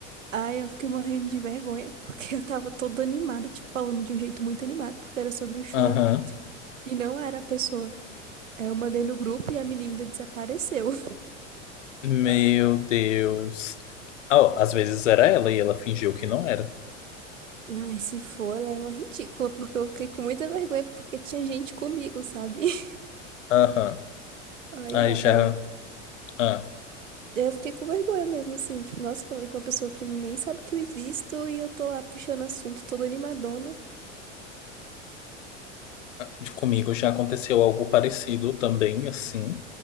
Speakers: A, on the right; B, on the left.
A: Ai, eu fiquei morrendo de vergonha, <laughs> porque eu tava toda animada, tipo, falando de um jeito muito animado, porque era sobre o show.
B: Aham.
A: E não era a pessoa. Aí eu mandei no grupo e a menina desapareceu. <laughs>
B: Meu Deus. Ah, ó, às vezes era ela e ela fingiu que não era.
A: Ai, se for, ela é uma ridícula, porque eu fiquei com muita vergonha, porque tinha gente comigo, sabe? <laughs>
B: Aham.
A: Ai,
B: Aí
A: ai,
B: já.
A: aí eu,
B: ah.
A: eu fiquei com vergonha mesmo, assim, tipo, nossa, falei com uma pessoa que nem sabe que eu existo e eu tô lá puxando assunto toda animadona.
B: De comigo já aconteceu algo parecido também, assim,